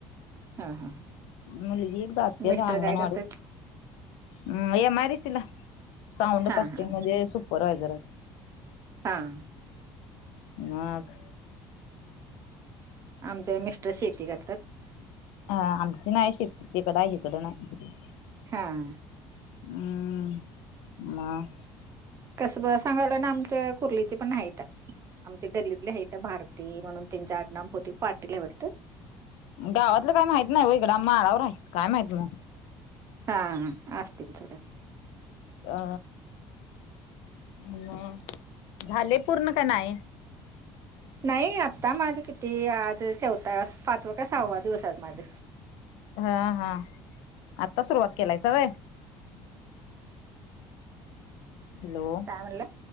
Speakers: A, on the right (about 35°); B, on the left (about 80°).
A: हा.
B: मुली एक जात्या
A: मिस्टर
B: अंगणवाडीत.
A: काय करतात?
B: हम्म. ए मडीसला. साऊंड
A: हा
B: कास्टिंग
A: हा.
B: मध्ये सुपरवायझर आहेत.
A: हां.
B: नाख.
A: आमचे मिस्टर शेती करतात.
B: अ आमची नाही शेती तिकड आहे इकड नाही.
A: हां.
B: म.
A: कसबं सांगाव ला ना आमच्या कुर्लीचे पण नाहीत आमच्या गल्लीतली आहेित भारत ती म्हणून त्यांचे आडनाव बहुतेक पाटील हाय वाढतं.
B: गावातलं काय माहित नाही हो इकड आ माळावर आहे काय माहित.
A: हा असस्तील सोडा.
B: अ म झाले पूर्ण काय नाही?
A: नाही आत्ता माझं किती आज चौथ पाचवा का सहावा दिवस आहे माझं‌.
B: हा हा. आत्ता सुरुवात केलायसा व्हय? हॅलो‌.
A: काय म्हणलं